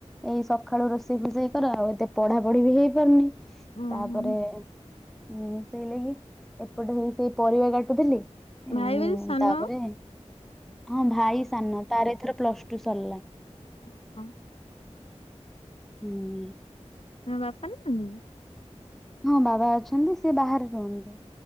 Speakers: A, in the centre; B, on the left.
A: ଏଇ ସଖାଳୁ ରୋଷେଇ ଫୋଷେଇ କର ଆଉ ଏତେ ପଢା ପଢି ବି ହେଇପାରୁନି।
B: ଓହୋ
A: ତାପରେ ଉଁ ସେଇ ଲାଗି ଏପଟେ ହେଇ ସେଇ ପରିବା କାଟୁଥିଲି। ଉଁ
B: ଭାଇ ବୋଲି ସାନ
A: ତାପରେ ହଁ ଭାଇ ସାନ ତାର ଏଥର ପ୍ଲସ ଟୁ ସରିଲା।
B: <inaudible>
A: ହୁଁ।
B: ହଁ ବାପା <unintelligible>
A: ହଁ ବାବା ଅଛନ୍ତି ସେ ବାହାରେ ରୁହନ୍ତି।